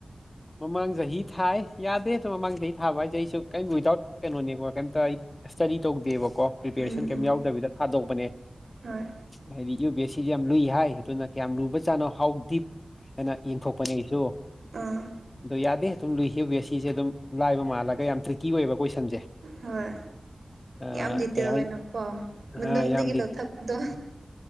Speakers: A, on the left; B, on the right.
A: ꯃꯃꯥꯡ ꯆꯍꯤ ꯊꯥꯏ ꯌꯥꯗꯦ ꯑꯗꯣ ꯃꯃꯥꯡ ꯆꯍꯤ ꯊꯥꯕ ꯍꯥꯏꯁꯦ ꯑꯩꯁꯨ ꯀꯩꯝ ꯋꯤꯗꯥꯎꯠ ꯀꯩꯅꯣꯅꯦꯀꯣ ꯀꯩꯝꯇ ꯑꯩ ꯏꯁꯇꯗꯤ ꯇꯧꯗꯦꯕꯀꯣ ꯄ꯭ꯔꯤꯄꯦꯔꯦꯁꯟ
B: ꯎꯝ
A: ꯀꯩꯝ
B: ꯎꯝ
A: ꯌꯥꯎꯗꯕꯤꯗ ꯊꯥꯗꯣꯛꯄꯅꯦ
B: ꯍꯣꯏ
A: ꯍꯥꯏꯗꯤ ꯌꯨ ꯄꯤ ꯑꯦꯁ ꯁꯤꯁꯦ ꯌꯥꯝ ꯂꯨꯏ ꯍꯥꯏ ꯑꯗꯨꯅ ꯀꯌꯥꯝ ꯂꯨꯕꯖꯥꯠꯅꯣ ꯍꯧ ꯗꯤꯞ ꯑꯅ ꯌꯦꯟꯊꯣꯛꯄꯅꯦ ꯑꯩꯁꯨ
B: ꯑꯥ
A: ꯑꯗꯨ ꯌꯥꯗꯦ ꯑꯗꯨꯝ ꯂꯨꯏ ꯌꯨ ꯄꯤ ꯑꯦ ꯁꯤ ꯁꯦ ꯑꯗꯨꯝ ꯂꯥꯏꯕ ꯃꯥꯜꯂꯒ ꯌꯥꯝ ꯇ꯭ꯔꯤꯛꯀꯤ ꯑꯣꯏꯌꯦꯕ ꯀꯣꯏꯁꯟꯁꯦ
B: ꯍꯣꯏ
A: ꯑ,
B: ꯌꯥꯝ ꯗꯤꯇꯦꯜ
A: ꯀꯩ ꯍꯥꯏꯅꯤ
B: ꯑꯣꯏꯅꯀꯣ
A: ꯑ,
B: ꯃꯅꯨꯡꯗꯒꯤ
A: ꯌꯥꯝꯗꯤ
B: ꯂꯧꯊꯛ ꯗꯣ <unintelligible>